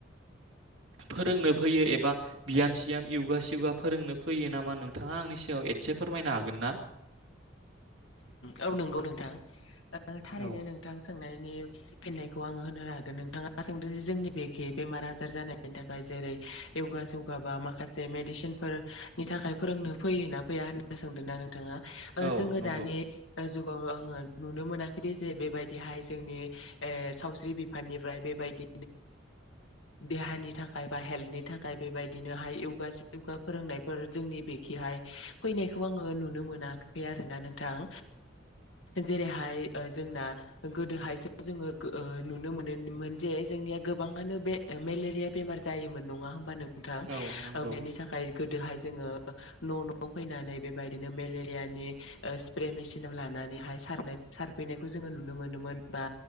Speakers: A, on the right; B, on the left.
A: फोरोंनो फैयो एबा बियाम सियाम युगा सियुगा फोरोंनो फैयो नामा नोंथाङा आंनि सायाव एदसे फोरमायनो हागोन ना? अ <inaudible>
B: औ नंगौ नोंथां थारैनो
A: औ
B: नोंथां सोंनाय फिनायखौ आङो होनो हागोन नोंथाङा सोंदों जे जोंनि बेखे बेमार आजार जानायनि थाखाय जेरै युगा सिउगा बा माखासे मेडिसिन फोरनि थाखाय फोरोंनो फैयोना फैया होनना सोंदों ना नोंथाङा
A: औ
B: जोङो
A: नंगौ
B: दानि जुगाव आङो नुनो मोनाखैदि जे बेबायदिहाय जोंनि सावस्रि बिफाननिफ्राय बेबायदि देहानि थाखाय बा हेल थाखाय बेबायदिनोहाय फोरोंनायफोर जोंनि बेखिहाय फैनायखौ आङो नुनो मोनाखै आरोना नोंथां जेरैहाय जोंना गोदोहायसो जोङो नुनो मोनोमोन। जे जोंनिया गोबाङानो बे मेलेरिया बेमार जायोमोन नङा होमबा नों नोंथां
A: औ नंगौ
B: बेनि थाखाय गोदोहाय जोङो न' न'आव फैनानै बेबायदिनो मेलेरियानि स्प्रे मेसिन लानानैहाय हाबफैनायखौ नोनो मोनोमोन बा